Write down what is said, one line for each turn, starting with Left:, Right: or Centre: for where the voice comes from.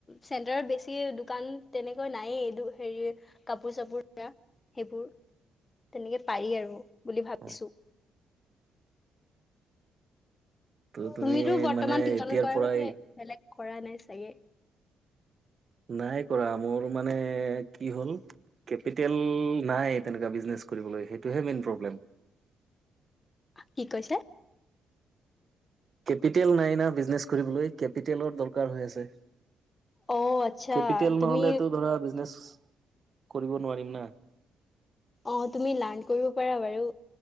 Left: চেণ্টাৰত বেছি দোকান তেনেকৈ নায়েই, এই হেৰি কাপোৰ চাপোৰ সেইবোৰ তেনেকে পাৰি আৰু বুলি ভাবিছোঁ।
Right: অ ত তুমি
Left: তুমিতো বৰ্তমান
Right: মানে
Left: টিউচনত
Right: এতিয়াৰ
Left: কৰাৰ
Right: পৰাই
Left: বাহিৰে বেলেগ কৰা নাই চাগে?
Right: নাই কৰা মোৰ মানে কি হ'ল কেপিটেল নাই তেনেকুৱা বিজনেছ কৰিবলৈ সেইটোহে মেইন প্ৰব্লেম।
Left: কি কৈছা?
Right: কেপিটেল নাই না বিজনেছ কৰিবলৈ, কেপিটেলৰ দৰকাৰ হৈ আছে।
Left: অ' আচ্ছা
Right: কেপিটেল
Left: তুমি
Right: নহলেতো ধৰা বিজনেছ কৰিব নোৱাৰিম না।
Left: অ', তুমি লাৰ্ন কৰিব পাৰা বাৰু